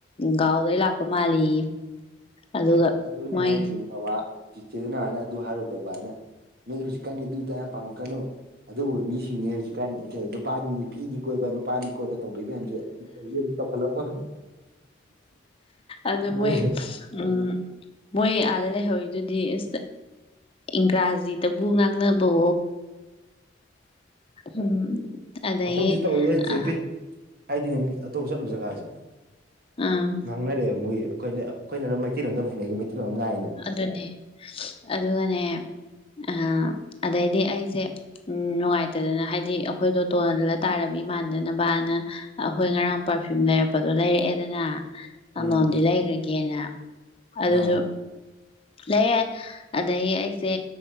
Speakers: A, on the left; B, on the right.
A: ꯒꯥꯎꯗꯩ ꯂꯥꯛꯄ ꯃꯥꯜꯂꯤ ꯑꯗꯨꯒ
B: ꯑ ꯑꯗꯨꯅ
A: ꯃꯣꯏ
B: ꯍ ꯍꯥꯏꯖꯦ ꯕꯕꯥ ꯆꯤꯆꯦꯗꯨꯅ ꯍꯥꯏꯅ ꯑꯗꯨ ꯍꯥꯏꯔꯨꯕ ꯕꯕꯥꯅ ꯅꯣꯏ ꯍꯧꯖꯤꯛꯀꯥꯟꯒꯤ ꯑꯗꯨꯗ ꯌꯥꯝ ꯄꯥꯝꯃꯛꯛꯀꯅꯨ ꯑꯗꯨꯕꯨꯕ ꯃꯤꯁꯤꯡꯅꯦ ꯍꯧꯖꯤꯛꯀꯥꯟ ꯅꯨꯄꯥꯅꯤ ꯅꯨꯄꯤꯅꯤ ꯀꯣꯏꯕ ꯄꯥꯅꯤ ꯈꯣꯠꯅ ꯇꯧꯗꯣꯏ ꯃꯌꯥꯝꯁꯦ ꯑꯗꯨ ꯇꯧꯈꯠꯂꯛꯄ
A: ꯑꯗꯨ
B: ꯃ
A: ꯃꯣꯏ ꯎꯝ ꯃꯣꯏ ꯑꯗ ꯂꯩ ꯍ ꯑꯗꯨꯗꯤ ꯑ ꯏꯪꯒ꯭ꯔꯥꯖꯤꯗꯕꯨ ꯉꯥꯡꯅꯕꯣ ꯎꯝ ꯑꯗꯒꯤꯦ
B: ꯑꯩꯈꯣꯏꯁꯨ ꯇꯧꯔꯤꯗ ꯆꯦꯄꯤ
A: ꯑ
B: ꯍꯥꯏꯗꯤꯅꯦ ꯑꯇꯣꯞꯄ ꯆꯠꯂꯨ ꯆꯒꯁꯦ
A: ꯑꯥ
B: ꯉꯥꯡꯅꯔꯦꯕ ꯃꯣꯏ ꯑꯩꯈꯣꯏꯅ ꯑꯩꯈꯣꯏꯅ ꯑꯗꯨꯝ ꯃꯩꯇꯩꯂꯣꯟꯣꯝ ꯍꯩꯅꯩꯌꯦ ꯃꯩꯇꯩꯂꯣꯟꯝ ꯉꯥꯏꯗꯅ
A: ꯑꯗꯨꯅꯤ ꯑꯗꯨꯒꯅꯦ ꯑꯥ ꯑꯗꯩꯗꯤ ꯑꯩꯖꯦ ꯎꯝ ꯅꯨꯡꯉꯥꯏꯇꯗꯅ ꯍꯥꯏꯗꯤ ꯑꯩꯈꯣꯏꯗꯣ ꯇꯣꯜꯂ ꯇꯥꯔꯕꯤ ꯃꯥꯟꯗꯅꯕꯅ ꯑꯈꯣꯏ ꯉꯔꯥꯡ ꯄꯥꯔꯐ꯭ꯌꯨꯝ ꯂꯩꯔꯛꯄꯗꯣ ꯂꯩꯔꯛꯑꯦꯗꯅ
B: ꯎꯝ
A: ꯑꯃꯃꯝꯗꯤ ꯂꯩꯈ꯭ꯔꯒꯦꯅ ꯑꯗꯨꯁꯨ
B: ꯑꯥ
A: ꯂꯩꯔꯦ ꯑꯗꯒꯤ ꯑꯩꯁꯦ